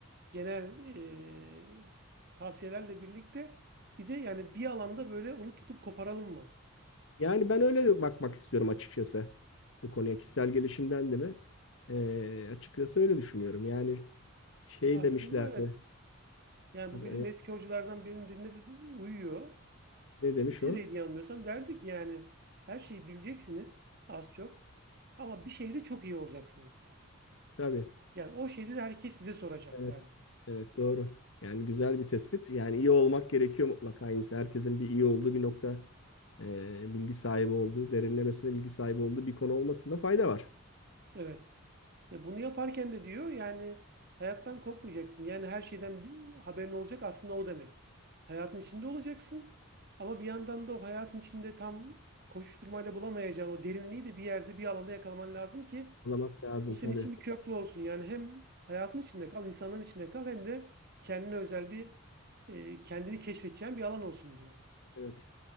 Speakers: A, on the right; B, on the left.
A: genel e, tavsiyelerle birlikte bir de yani bir alanda böyle onu tutup koparalım mı?
B: Yani ben öyle bakmak istiyorum açıkçası bu konuya kişisel gelişimden de mi? Ee, açıkçası öyle düşünüyorum. Yani şey
A: Aslında
B: demişlerdi.
A: evet. Yani bu
B: e,
A: bizim eski hocalardan birinin dinledi uyuyor.
B: ne demiş
A: Lisedeydi
B: o?
A: yanılmıyorsam derdi ki yani her şeyi bileceksiniz az çok ama bir şeyde çok iyi olacaksınız.
B: Tabii.
A: Yani o şeyde de herkes size soracak
B: Evet,
A: derdi.
B: evet doğru. Yani güzel bir tespit. Yani iyi olmak gerekiyor mutlaka insan. Herkesin bir iyi olduğu bir nokta, e, bilgi sahibi olduğu, derinlemesine bilgi sahibi olduğu bir konu olmasında fayda var.
A: Evet. Ve bunu yaparken de diyor yani hayattan kopmayacaksın. Yani her şeyden bir haberin olacak aslında o demek. Hayatın içinde olacaksın ama bir yandan da o hayatın içinde tam koşuşturmayla bulamayacağın o derinliği de bir yerde bir alanda yakalaman lazım ki
B: Anlamak lazım
A: o senin
B: tabii.
A: için bir köprü olsun. Yani hem hayatın içinde kal, insanların içinde kal hem de kendine özel bir e, kendini keşfedeceğin bir alan olsun diyor.
B: Evet.